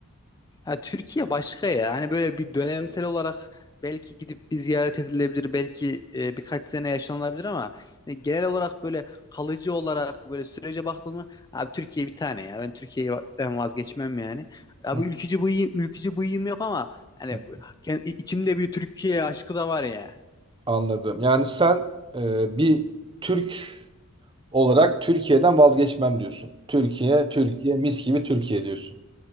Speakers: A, on the left; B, on the right.
A: Ya Türkiye başka ya. Hani böyle bir dönemsel olarak belki gidip bir ziyaret edilebilir, belki e, birkaç sene yaşanılabilir ama yani genel olarak böyle kalıcı olarak böyle sürece baktım mı abi Türkiye bir tane ya. Ben Türkiye'den vazgeçmem yani. Abi
B: Hı
A: ülkücü bıyığı, ülkücü bıyığım yok ama hani
B: hı
A: kend- içimde bir Türkiye aşkı da var ya.
B: Anladım. Yani sen e, bir Türk olarak Türkiye'den vazgeçmem diyorsun. Türkiye, Türkiye, mis gibi Türkiye diyorsun.